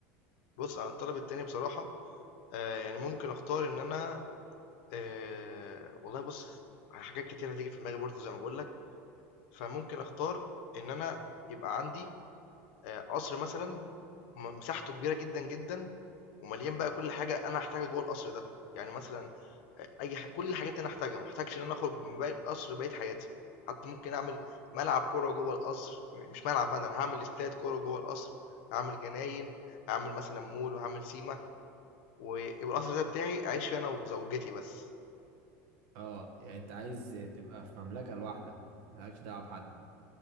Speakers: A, on the left; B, on the right.
A: بص انا الطلب التاني بصراحه آه يعني ممكن اختار ان انا آه والله بص على حاجات كتير هتيجي في دماغي برضو زي ما بقول لك فممكن اختار ان انا يبقى عندي آآ قصر مثلًا م مساحته كبيرة جدًا، جدًا ومليان بقى كل حاجة أنا هاحتاجها جوّه القصر ده، يعني مثلًا أ أي ح كل الحاجات اللي أنا هاحتاجها، ما احتاجش إن أنا أخرج من باقي القصر بقية حياتي، حتى ممكن أعمل ملعب كورة جوّه القصر، م مش ملعب بقى ده أنا هاعمل استاد كورة جوّه القصر، هاعمل جناين، هاعمل مثلًا مول وهاعمل سيما، ويبقى القصر ده بتاعي أعيش فيه أنا وزوجتي بس.
B: اه يعني انت عايز تبقى في مملكه لوحدك مالكش دعوه بحد